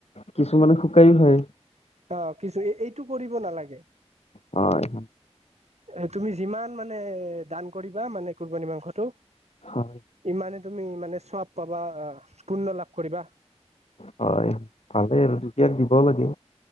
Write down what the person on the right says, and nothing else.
আহ কিছু, এইটো কৰিব নালাগে।
এ তুমি যিমান মানে দান কৰিবা মানে, কুৰবনী মাংসটো
ইমানে তুমি মানে চব পাবা, পুণ্য লাভ কৰিবা!